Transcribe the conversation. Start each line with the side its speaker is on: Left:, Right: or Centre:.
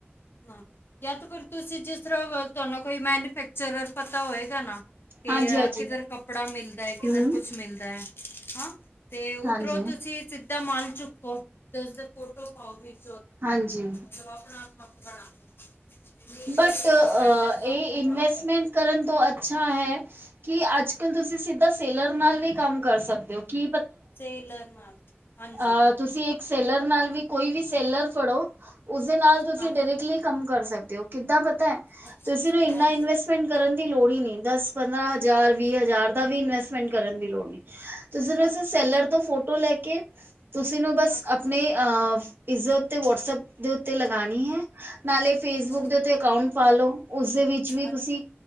Left: ਹਾਂ, ਜਾਂ ਤੇ ਫਿਰ ਤੁਸੀਂ ਜਿਸ ਤਰ੍ਹਾਂ ਤੁਹਾਨੂੰ ਕੋਈ ਮੈਨਫੈਕਚਰ ਪਤਾ ਹੋਏਗਾ ਨਾ ਤੇ
Right: ਹਾਂਜੀ
Left: ਆ
Right: ਹਾਂਜੀ
Left: ਕਿਧਰ ਕੱਪੜਾ ਮਿਲਦਾ ਹੈ ਕਿਧਰ
Right: ਹਮ
Left: ਕੁਛ ਮਿਲਦਾ ਹੈ। ਹਾਂ ਤੇ ਉਧਰੋਂ
Right: ਹਾਂਜੀ
Left: ਤੁਸੀਂ ਸਿੱਧਾ ਮਾਲ ਚੁੱਕੋ ਤੇ ਉਸਦੇ ਫੋਟੋ ਪਾਓ ਵੀ <unintelligible> ਮਤਲਬ
Right: ਹਾਂਜੀ
Left: ਆਪਣਾ ਅਕਾਊਂਟ ਬਣਾ ਕੇ। ਮੀਸ਼ੋ
Right: ਬਟ
Left: ਤੇ ਪਾਓ ਐਮਾਜ਼ਨ
Right: ਇਹ
Left: ਤੇ
Right: ਇਨਵੈਸਟਮੈਂਟ
Left: ਪਾਓ
Right: ਕਰਨ ਤੋਂ ਅੱਛਾ ਹੈ। ਕੀ ਅੱਜ ਕੱਲ ਤੁਸੀਂ ਸਿੱਧਾ ਸੇਲਰ ਨਾਲ ਵੀ ਕੰਮ ਕਰ ਸਕਦੇ ਹੋ। ਕਿ
Left: ਸੇਲਰ ਨਾਲ, ਹਾਂਜੀ।
Right: ਅ ਤੁਸੀਂ ਇੱਕ ਸੈਲਰ ਨਾਲ ਵੀ ਕੋਈ ਵੀ ਸੈਲਰ ਫੜੋ ਉਸਦੇ ਨਾਲ ਤੁਸੀਂ
Left: ਹਾਂ ਹਾਂ
Right: ਡਾਇਰੈਕਟਲੀ ਕੰਮ ਕਰ ਸਕਦੇ ਹੋ। ਕਿੱਦਾਂ ਪਤਾ ਹੈ?
Left: ਅੱਛਾ
Right: ਤੁਸੀਂ ਨਾ ਇੰਨਾ
Left: ਹਾਂਜੀ
Right: ਇਨਵੈਸਟਮੈਂਟ ਕਰਨ ਦੀ ਲੋੜ ਹੀ ਨੀ ਦਸ ਪੰਦਰਾਂ ਹਜ਼ਾਰ ਵੀਹ ਹਜ਼ਾਰ ਦਾ ਵੀ ਇਨਵੈਸਟਮੈਂਟ ਕਰਨ ਦੀ ਲੋੜ ਨੀ। ਤੁਸੀਂ ਨੂੰ
Left: ਅੱਛਾ
Right: ਸੈਲਰ ਤੋਂ ਫੋਟੋ ਲੈ ਕੇ ਤੁਸੀਂ ਨੂੰ ਬਸ
Left: ਹਾਂ ਹਾਂ
Right: ਆਪਣੇ।
Left: ਹਾਂ
Right: ਆ ਇਸਦੇ ਉੱਤੇ ਵਟਸਪ ਦੇ ਉੱਤੇ ਲਗਾਣੀ ਹੈ ਨਾਲੇ ਫੇਸਬੁੱਕ।
Left: ਅੱਛਾ
Right: ਤੇ ਅਕਾਊਂਟ ਪਾ ਲਓ, ਉਸਦੇ ਵਿੱਚ ਵੀ
Left: ਅੱਛਾ
Right: ਤੁਸੀਂ,